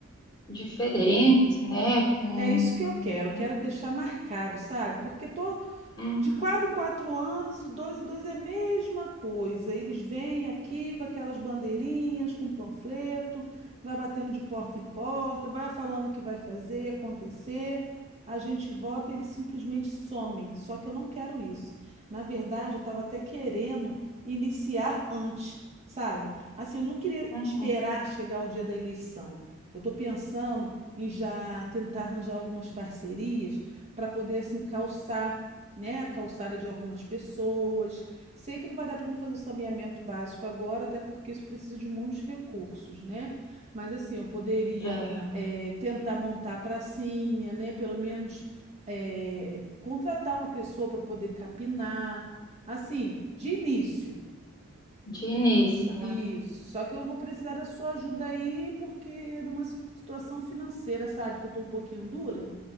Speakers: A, on the left; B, on the right.
A: diferente, né? Com,
B: é isso que eu quero.
A: com-
B: Quero deixar marcado, sabe? Porque to-
A: Uhum,
B: de quatro em quatro anos, de dois em dois é a mesma coisa. Eles vêm aqui com aquelas bandeirinhas, com panfleto, vai batendo de porta em porta, vai falando o que vai fazer e acontecer. A gente vota e eles simplesmente somem. Só que eu não quero isso. Na verdade, eu estava até querendo iniciar antes, sabe? Assim, eu não queria
A: uhum.
B: esperar chegar o dia da eleição. Eu estou pensando em já tentar arranjar algumas parcerias para poder assim calçar né, a calçada de algumas pessoas. Sei que não vai dar para mim fazer o saneamento básico agora, até porque isso precisa de muitos recursos, né? Mas assim, eu poderia
A: É,
B: eh, tentar montar a pracinha, né? Pelo menos eh, contratar uma pessoa para poder capinar, assim, de início.
A: de início, né?
B: Isso, só que eu vou precisar da sua ajuda aí, porque numa situação financeira, sabe, que eu estou um pouquinho dura.